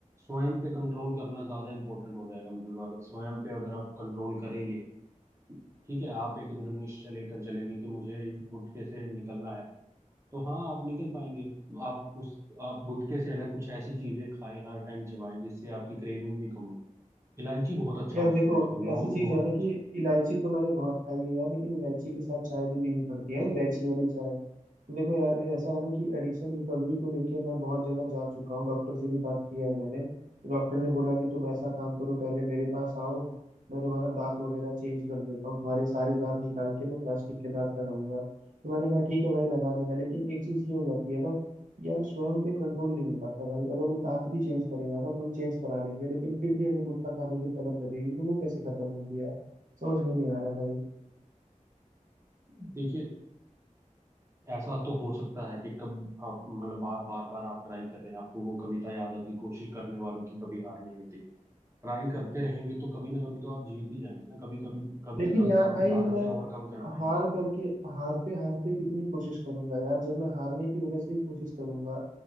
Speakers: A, on the right; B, on the right.
A: स्वयं पे कंट्रोल करना ज्यादा इंपॉर्टेंट हो जाएगा मतलब अगर स्वयं पे अगर आप कंट्रोल करेंगे ठीक है आप एक दृढ़ निश्चय लेकर चलेंगे कि मुझे इस गुटके से निकलना है तो हाँ आप निकल पाएंगे आप उस आप गुटके से अलग कुछ ऐसी चीजें खाएं हर टाइम चबाएं जिससे आपकी क्रेविंग भी कम हो इलायची बहुत अच्छा
B: यार
A: ऑप्शन
B: देखो
A: है इसमें लौंग
B: ऐसी चीज
A: बहुत
B: है ना
A: अच्छा
B: कि
A: है
B: इलायची तो मैंने बहुत खाई है यार लेकिन इलायची के साथ चाय भी पीनी पड़ती है इलायची वाली चाय तो देखो यार ऐसा है ना कि एडिक्शन रिकवरी को लेके मैं बहुत जगह जा चुका हूँ डॉक्टर से भी बात किया है मैंने डॉक्टर ने बोला कि तुम ऐसा काम करो पहले मेरे पास आओ मैं तुम्हारा दांत वगैरह चेंज कर देता हूँ तुम्हारे सारे दांत निकाल के मैं प्लास्टिक के दांत लगाऊंगा तो मैंने कहा ठीक है भाई लगा देना लेकिन एक चीज ये हो जाती है ना कि यार स्वयं पे कंट्रोल नहीं हो पाता भाई अगर वो दांत भी चेंज करेगा ना तो हम चेंज करा लेंगे लेकिन फिर भी हमें गुटखा खाने की तलब लगेगी तो वो कैसे खत्म होगी यार समझ में नहीं आ रहा भाई
A: देखिए ऐसा तो हो सकता है कि कब आप मतलब बार बार बार आप ट्राई कर रहे हैं आपको वो कविता याद होगी कोशिश करने वालों की कभी हार नहीं होती ट्राई करते रहेंगे तो कभी ना कभी तो आप जीत ही जाएंगे ना कभी कभी कभी
B: लेकिन
A: ना कभी
B: यार
A: तो
B: भाई
A: आप इस आदत
B: मैं
A: से ओवरकम कर पाएंगे
B: हार करके हारते हारते कितनी कोशिश करूंगा यार जब मैं हारने की वजह से ही कोशिश करूंगा